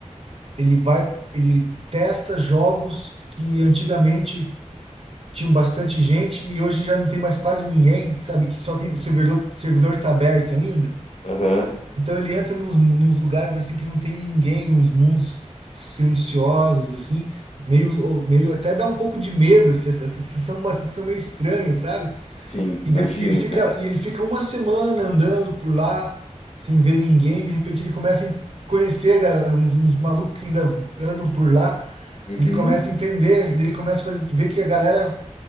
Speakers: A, on the right; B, on the left.
A: ele vai, ele testa jogos que antigamente tinham bastante gente e hoje já não tem mais quase ninguém, sabe? Que só que o servidor, servidor tá aberto ainda.
B: Aham.
A: Então ele entra nos, nos lugares assim que não tem ninguém, uns mundos silenciosos assim, meio, meio até dá um pouco de medo, assim, essa essa sensação, uma sensação meio estranha, sabe?
B: Sim, imagino,
A: E, de- e ele fica,
B: cara.
A: e ele fica uma semana andando por lá, sem ver ninguém. De repente ele começa a conhecer a- uns, uns malucos que ainda andam por lá.
B: Uhum.
A: Ele começa a entender, ele começa a fazer- ver que a galera.